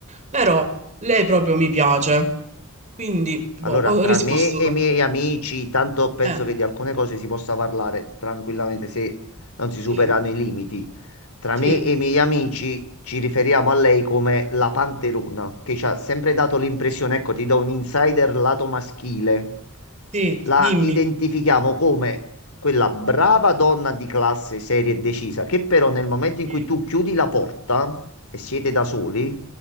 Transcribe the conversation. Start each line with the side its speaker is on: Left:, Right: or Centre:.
Right: Però lei proprio mi piace. Quindi, boh,
Left: Allora,
Right: ho
Left: tra
Right: risposto
Left: me e
Right: questo.
Left: i miei amici, tanto penso
Right: Eh,
Left: che di alcune cose si possa parlare tranquillamente se non si
Right: sì,
Left: superano i limiti. Tra
Right: sì,
Left: me e i miei amici ci riferiamo a lei come la panterona, che ci ha sempre dato l'impressione, ecco, ti do un insider lato maschile.
Right: sì,
Left: La
Right: dimmi.
Left: identifichiamo come quella brava donna di classe, seria e decisa, che però nel momento in
Right: Sì,
Left: cui tu chiudi la porta e siete da soli,